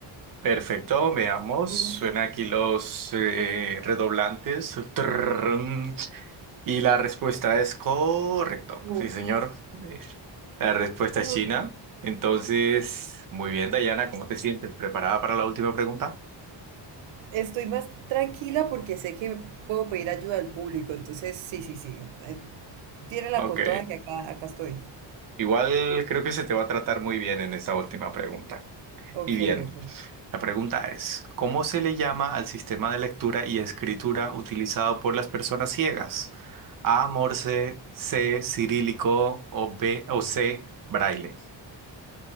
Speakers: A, on the right; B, on the right.
A: Perfecto, veamos.
B: Uf,
A: Suena aquí los eh, redoblantes. Trrrrrrm. Y la respuesta es correcto.
B: uf,
A: Sí, señor. Eh, La respuesta
B: uf.
A: es China. Entonces, muy bien, Dayana, ¿cómo te sientes? ¿Preparada para la última pregunta?
B: Estoy más tranquila porque sé que puedo pedir ayuda al público, entonces sí, sí, sí. eh, Tírala
A: Ok,
B: con toda que acá, acá estoy.
A: igual creo que se te va a tratar muy bien en esta última pregunta.
B: Ok,
A: Y bien,
B: ok.
A: la pregunta es, ¿cómo se le llama al sistema de lectura y escritura utilizado por las personas ciegas? A, Morse, C, cirílico o B o C, braille.